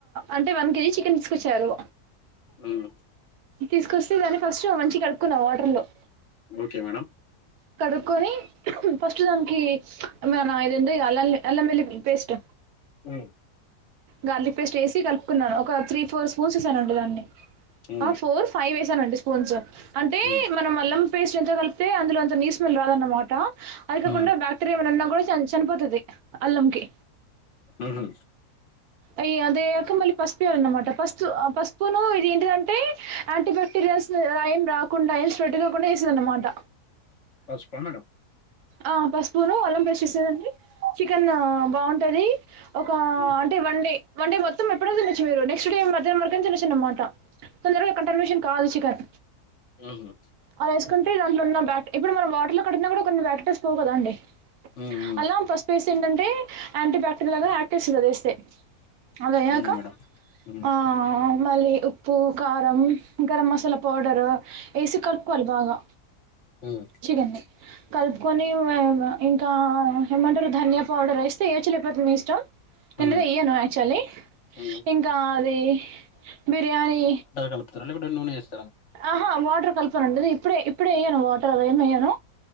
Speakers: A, on the right; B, on the left.
A: అంటే వన్ కేజీ చికెన్ తీసుకొచ్చారు
B: వ్మ్
A: తీసుకొస్తే దన్ని ఫస్ట్ మంచి కడుక్కున్నా వాటర్ లో
B: ఓకే మేడం
A: కడుక్కకొని ఫస్ట్ దానికి మ మా ఇదేందో అల్ల అల్ల అల్లం వేల్లి పేస్ట్
B: వ్మ్
A: గార్లిక్ పేస్ట్ వేసి కలుపుకున్నాను ఒక త్రీ ఫోర్ స్పూన్సేస్ అండి దాన్ని
B: ఉమ్
A: ఆ ఫోర్ ఫైవ్ వేసానండి స్పూన్స్ అంటే
B: ఉమ్
A: మనం అల్లం పేస్ట్ ఎంత కలిపితే అందులోంత నీస్ స్మెల్ రాదఅన్నమాట అది కాకుండా
B: ఉమ్
A: బ క్టిరియా ఏమనున్నా కూడా చన్ చనిపోతది అల్లంకి
B: ఉహుం
A: అయ్ అద్ అయ్యక మళ్ళీ పసుపుయాల అన్నమాట పసుపు ఆ పసుపును ఇది ఏంటిదంటే యాంటీ బాక్టీరియాల్స్ రైం రాకుండా ఏం స్ప్రెడ్ కాకుండా చేస్తాదఅన్నమాట
B: పసుప మేడం
A: ఆ పసుపును అల్లం పేస్ట్ ఇస్తాదండి చికెన్ బాగుంటది ఒక
B: ఉమ్
A: అంటే వన్ డే వన్ డే మొత్తం ఎప్పుడన్న తినచ్చు మీరు నెక్స్ట్ డే మధ్యాహ్నం వరకు తినచ్చు అన్నమాట తొందరగా కంటెర్మేషన్ కావాలి చికన్
B: ఉహుం
A: అలా వేసుకుంటే దాంట్లో ఉన్న బ్యాక్ట్ ఇప్పుడు మనం వాటర్లో కడిగినా కూడా కొన్ని బ్యాక్టీస్ పోవు కదా అండి
B: ఉమ్ ఉమ్
A: అల్లాం ఫస్ పసుపేసి ఏంటంటే యాంటీ బ్యాక్టీరియల్ గా యాక్టిస్తుంది అదివేస్తే అద అయ్యాక
B: అవును మేడం ఉమ్
A: ఆ మళ్ళీ ఉప్ ఉప్పు కారం గరం మసాలా పౌడరు ఏసి కలుపుకోవాలి బాగా
B: మ్
A: చిగా అండి కలుపుకొని వ వ ఇంకా హెమంటరు ధనియా పౌడర్ వేస్తే ఏయోచ్చు లేకపోతు మీ ఇష్టం ఇందులో
B: ఉమ్
A: వెయ్యను యాక్చువలీ
B: ఉమ్
A: ఇంకా అది బిర్యానీ
B: కల్పుతరా లేకుంటే నూనె ఎస్
A: ఆహా వాటర్ కలపనండి అది ఇప్పుడే ఇప్పుడే ఏయ్యాను వాటర్ అవి ఏమి ఏయ్యను